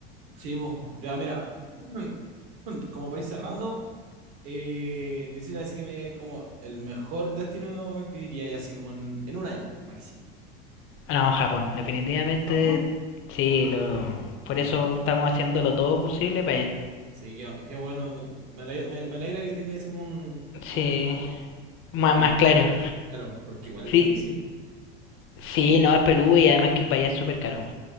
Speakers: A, on the right (about 65°); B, on the left (about 45°).
A: Sí, vos, ya mira, <clears throat> como país cerrando, eh, necesito así que me digáis como el mejor destino que iría así como en, en un año máximo.
B: No, Japón, definitivamente,
A: ¿Japón?
B: sí, lo, por
A: Qué
B: eso
A: bueno.
B: estamos haciéndolo todo posible para allá.
A: Sí, qué, qué bueno. Me alegra, me, me alegra que tengáis como un,
B: Sí,
A: un destino
B: más,
A: como
B: más
A: listo.
B: claro.
A: Claro, porque igual
B: Sí,
A: es difícil.
B: sí, no, es peludo y además que vaya súper caro.